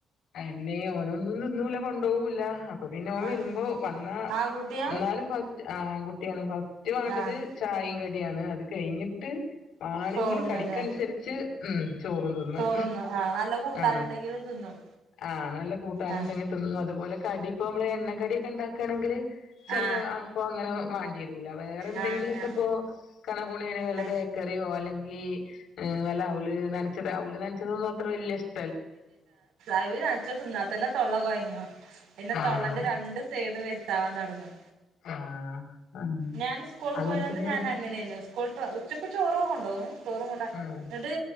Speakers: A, on the left; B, on the right.
A: എയന്നെ ഓനൊന്നും തിന്നൂല്ല കൊണ്ടുപോവൂല്ല അപ്പൊ പിന്നെ ഓൻ
B: ആഹ്
A: വരുമ്പോ വന്ന.
B: ആൺകുട്ടിയാ
A: എന്നാലല് ഫസ്റ്റ് ആ ആൺ കുട്ടിയാണ് ഫസ്റ്റ് വേണ്ടത്.
B: ആഹ്
A: ചായയും കടിയാണ് അത് കഴിഞ്ഞിട്ട് വാണമെങ്കിൽ
B: ചോറുണ്ണൂല്ലേ
A: കടിക്കനുസരിച്ച് ഉം. ചോറും തിന്നും
B: ചോറ്ന്നും ആ നല്ല കൂട്ടാനുണ്ടെങ്കിലും
A: ആ
B: തിന്നും
A: ആ നല്ല കൂട്ടാനിണ്ടങ്കില്.
B: ആ
A: തിന്നു അതുപോലെ കടി ഇപ്പൊ മ്മള് എണ്ണക്കടിക്കെ ഇണ്ടാക്കാണെങ്കില്. ചെലത്
B: ആ
A: അപ്പൊ അങ്ങനെ വാണ്ടി വരൂല വേറെ എന്തെങ്കിലൊക്കെ
B: ആ ആ
A: ഇപ്പോ കണകുണേനെ വല്ല.
B: ആ
A: ക്കറിയോ അല്ലെങ്കി വല്ല അവല് നനച്ചത് അവുല് നനച്ചതൊന്നും അത്ര വല്യ ഇഷ്
B: അവിലനച്ച തിന്നാത്തന്നെ തൊള്ള കൊയങ്ങു പിന്നെ
A: ആഹ്
B: തൊള്ളന്റെ രണ്ട്. സെയിട് വരുത്താവാൻ തൊടങ്ങും.
A: ആഹ് ആഹ്
B: ഞാന് സ്കൂള്
A: അങ്ങനത്തെന്
B: പോയതന്ന് ഞൻ അങ്ങനെയ്നു. സ്കൂൾട്ടാ ഉച്ചക്ക് ചോറും കൊണ്ടാേവും ചോറും കൂട്ട
A: ആഹ്
B: ത്